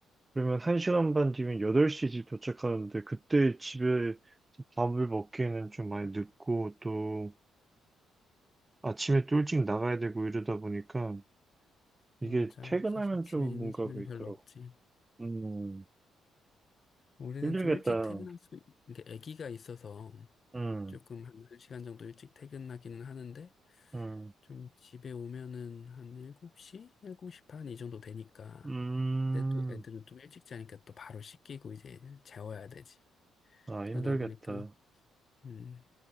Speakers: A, on the right; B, on the left.
A: 그러면 1시간 반 뒤면 8시 집 도착하는데, 그때 집에 밥을 먹기에는 좀 많이 늦고, 또 아침에 또 일찍 나가야 되고 이러다 보니까, 이게
B: 맞아.
A: 퇴근하면
B: 사실 집에
A: 좀
B: 있는
A: 뭔가
B: 시간이
A: 그있더라고.
B: 별로 없지.
A: 음.
B: 우리는
A: 힘들겠다.
B: 좀 일찍 퇴근할 수, 이게 아기가 있어서
A: 음,
B: 조금 한 한 시간 정도 일찍 퇴근하기는 하는데
A: 음,
B: 좀 집에 오면은 한 7시? 7시 반 이 정도 되니까
A: 음.
B: 근데 또 애들은 좀 일찍 자니까 또 바로 씻기고 이제 재워야 되지.
A: 아,
B: 그러다
A: 힘들겠다.
B: 보니까 음